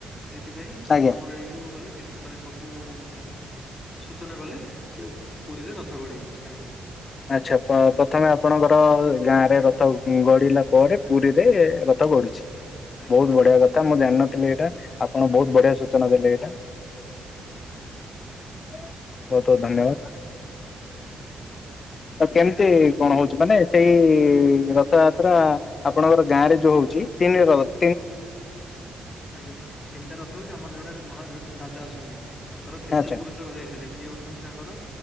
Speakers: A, on the left; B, on the left.
A: ସେଇଥିପାଇଁ
B: ଆଜ୍ଞା
A: ଆମର ଏଇଠୁ ଗଲେ ଡେ ତ ମାନେ ସବୁ ମାନେ ସୂଚନା ଗଲେ ସେ ପୁରୀରେ ରଥ ଗଢିବ ଷ୍ଟାର୍ଟ ହବ।
B: ଆଚ୍ଛା ପ୍ରଥମେ ଆପଣଙ୍କର ଗାଁରେ ରଥ ଗଡିଲା ପରେ ପୁରୀରେ ରଥ ଗଡୁଛି।
A: ଆଜ୍ଞା
B: ବହୁତ ବଢିଆ କଥା ମ ଜାଣିନଥିଲି ଏଇଟା ଆପଣ ବହୁତ ବଢିଆ ସୂଚନା ଦେଲେ ଏଇଟା।
A: ଆଜ <unintelligible>
B: ବହୁତ୍ ବହୁତ୍ ଧନ୍ୟବାଦ। ତ କେମିତି କଣ ହଉଛି ମାନେ ସେଇ ଇ ରଥ ଆତ୍ରା ଆପଣଙ୍କର ଗାଁ ରେ ଯୋଉ ହଉଛି । ତିନି ରଥ୍
A: ଆଜ୍ଞା ତିନିଟା ରଥ ହଉଛି ଆମର ଜଣେ ମହା ରାଜା ଅଛନ୍ତି। ତାଙ୍କର କେତେ
B: ଆଚ୍ଛା
A: ପୁରୁଷକୁ ଯାଇସାରିଲେଣି ଇଏ ହଉଛନ୍ତି ତାଙ୍କର